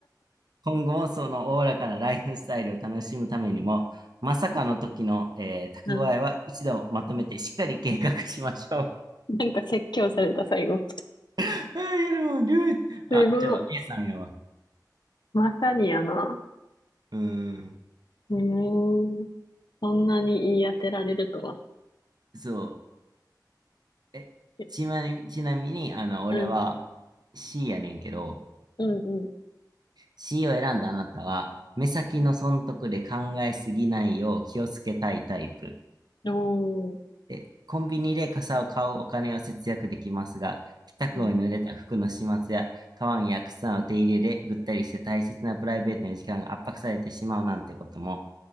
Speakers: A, on the right; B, on the left.
A: 今後もそのおおらかなライフスタイルを楽しむためにも、まさかの時の、えー蓄えは一度まとめてしっかり計画しましょう。
B: うん。なんか説教された最後。
A: <laughs> あー、いやでも、ルー、あ、
B: すごい。
A: じゃあ、A さんやわ。
B: まさにやな。
A: うーん。
B: えー、そんなに言い当てられるとは。
A: そう。え、
B: え
A: ちなみに、ちなみに、あの、俺は
B: うん、
A: C やねんけど、
B: うん、う
A: C を選んだあなたは、目先の損得で考えすぎないよう気をつけたいタイプ。
B: ん。おー、
A: え、コンビニで傘を買うお金を節約できますが、帰宅後に濡れた服の始末や、
B: うん、
A: カバンや靴の手入れでぐったりして大切なプライベートの時間が圧迫されてしまうなんてことも、